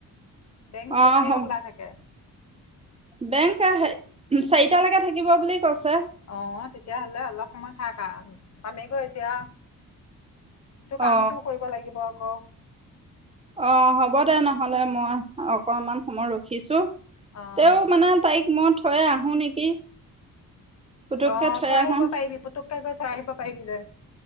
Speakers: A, on the left; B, on the right.
A: বেংক
B: অ'
A: কেইটালৈ
B: হ
A: খোলা থাকে?
B: বেংক হে, চাৰিটালৈকে থাকিব বুলি কৈছে।
A: অ' তেতিয়া হ'লে অলপ সময় থাক আ, পামেগৈ এতিয়া, তোৰ কামটোও
B: অ
A: কৰিব লাগিব আকৌ।
B: অ' হ'ব দে নহ'লে মই অকমান সময় ৰখিছোঁ।
A: অ',
B: তেওঁ মানে তাইক মই থৈ আহোঁ নেকি। পুতুককে
A: অ' থৈ আহিব
B: আহো
A: পাৰিবি, পুতুককে গৈ থৈ আহিব পাৰিবি দে